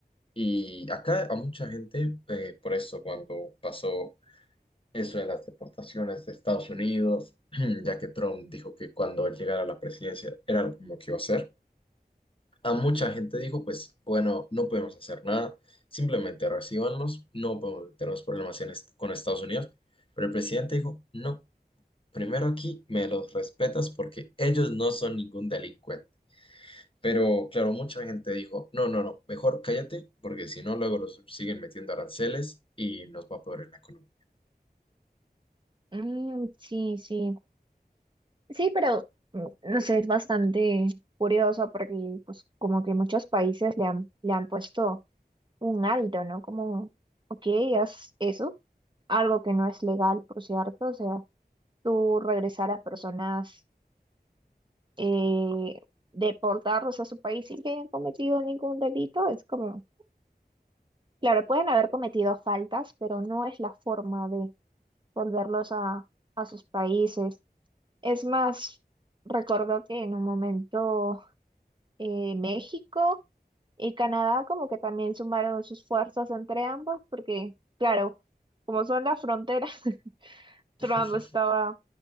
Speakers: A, on the left; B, on the right.
A: Y acá a mucha gente, eh, por eso cuando pasó eso de las deportaciones de Estados Unidos, <clears throat> ya que Trump dijo que cuando él llegara a la presidencia era lo mismo que iba a hacer, a mucha gente dijo pues bueno, no podemos hacer nada, simplemente recíbanlos, no podemos meternos problemas en est- con Estados Unidos, pero el presidente dijo no. Primero aquí me los respetas porque ellos no son ningún delincuente. Pero claro, mucha gente dijo, no, no, no, mejor cállate porque si no luego los siguen metiendo aranceles y nos va a poder en la economía.
B: Mm, sí, sí. Sí, pero mm, no sé, es bastante curioso porque pues como que muchos países le han, le han puesto un alto, ¿no? Como, ok, haz eso, algo que no es legal, por cierto, o sea, tú regresar a personas, eh, deportarlos a su país sin que hayan cometido ningún delito, es como, claro, pueden haber cometido faltas, pero no es la forma de volverlos a, a sus países. Es más, recuerdo que en un momento... eh, México y Canadá como que también sumaron sus fuerzas entre ambos, porque claro, como son las fronteras, <laughs> Trump
A: <laughs>
B: estaba